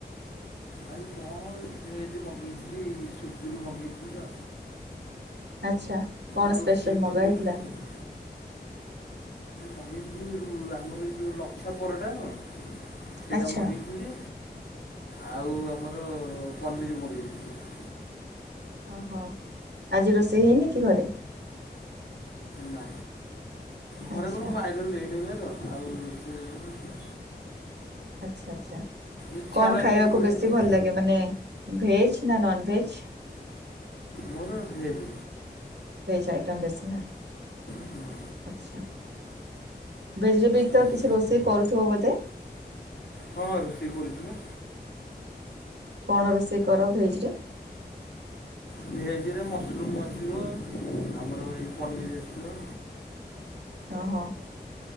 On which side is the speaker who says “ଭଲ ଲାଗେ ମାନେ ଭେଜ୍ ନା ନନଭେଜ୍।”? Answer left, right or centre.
Right